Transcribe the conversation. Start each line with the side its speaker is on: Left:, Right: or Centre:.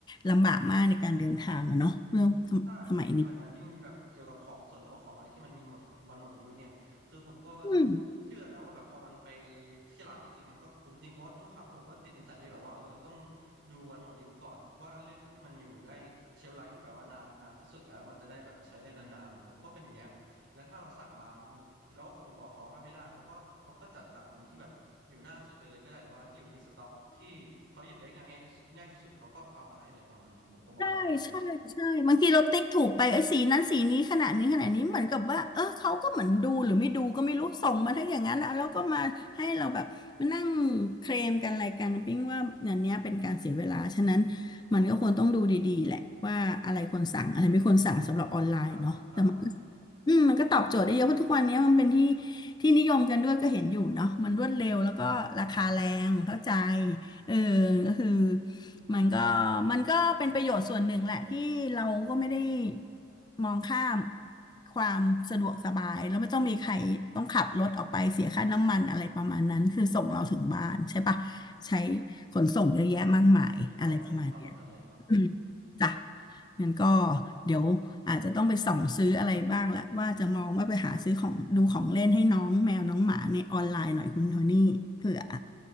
Left: ลำบากมากในการเดินทางอะเนาะเรื่อง
Right: ใช่ผมเห็นด้วยนะ
Left: สมัยนี้
Right: ยิ่งแบบเกี่ยวกับของสดหรือว่าของอะไรที่มันมีหมดวันหมดอายุเนี่ยคือผมก็
Left: อืม
Right: เชื่อนะว่าแบบพอมันไปที่ร้านจริงๆมันก็คุ้มจริง เพราะว่าทุกครั้งผมก็ติดนิสัยที่แบบว่าเออต้องดูวันหมดอายุก่อนว่าเลือกอันที่มันอยู่ได้เชลฟ์ไลฟ์ที่แบบว่านานนานที่สุดแล้วมันจะได้แบบใช้ได้นานๆ ผมก็เป็นอย่างเงี้ยและถ้าเราสั่งมามันเราก็คงบอกเขาก็ไม่ได้เขาก็เขาก็จัดสั่งอันที่แบบอยู่หน้าสุดไปเลยก็ได้หรือว่าอันที่อยู่ในสต็อกที่เขาหยิบได้ง่ายที่สุดง่ายที่สุดเขาก็เอามาให้เลยประมาณเนี้ยผมก็มองว่านะ
Left: ใช่ใช่ใช่บางทีเราติ๊กถูกไปไอ้ยสีนั้นสีนี้ขนาดนี้ขนาดนี้เหมือนกับว่าเออเขาก็เหมือนดูหรือไม่ดูก็ไม่รู้ส่งมาทั้งอย่างนั้นอะแล้วก็มาให้เราแบบมานั่งเคลมกันอะไรกันปิ๊งว่าอย่างเนี้ยเป็นการเสียเวลาฉะนั้นมันก็ควรต้องดูดีๆแหละว่าอะไรควรสั่งอะไรไม่ควรสั่งสำหรับออนไลน์เนาะแต่
Right: ค่อนข้างค่อนข้าง
Left: อืมมันก็ตอบโจทย์ได้เยอะเพราะทุกวันนี้มันเป็นที่ที่นิยมกันด้วยก็เห็นอยู่เนาะมันรวดเร็วแล้วก็ราคาแรงเข้าใจเออก็คือมันก็มันก็เป็นประโยชน์ส่วนหนึ่งแหละที่เราก็ไม่ได้มองข้ามความสะดวกสบายแล้วไม่ต้องมีใครต้องขับรถออกไปเสียค่าน้ำมันอะไรประมาณนั้นคือส่งเราถึงบ้านใช่ปะใช้ขนส่งเยอะแยะมากมายอะไรประมาณเนี้ย
Right: ถูกต้องเลยครับแบบนั้นเลยครับ
Left: อืมจ้ะงั้นก็เดี๋ยวอาจจะต้องไปส่องซื้ออะไรบ้างละว่าจะมองว่าไปหาซื้อของดูของเล่นให้น้องแมวน้องหมาในออนไลน์หน่อยคุณโทนี่เผื่อ